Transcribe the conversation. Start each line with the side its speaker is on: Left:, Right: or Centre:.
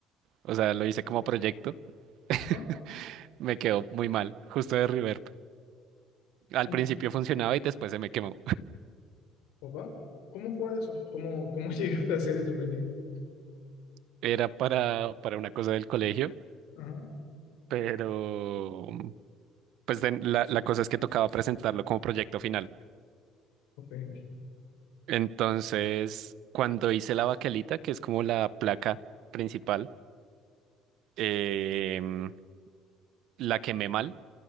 Right: o sea, lo hice como proyecto. <laughs>
Left: Ajá.
Right: Me quedó muy mal, justo de reverb. Al
Left: Mm,
Right: principio funcionaba y después se me quemó.
Left: opa. ¿Cómo fue eso? ¿Cómo, cómo <laughs> llegaste a hacer ese proyecto?
Right: <laughs> Era para, para una cosa del colegio,
Left: Ajá.
Right: pero pues de- la, la cosa es que tocaba presentarlo como proyecto final.
Left: ok.
Right: Entonces, cuando hice la baquelita, que es como la placa principal, em, la quemé mal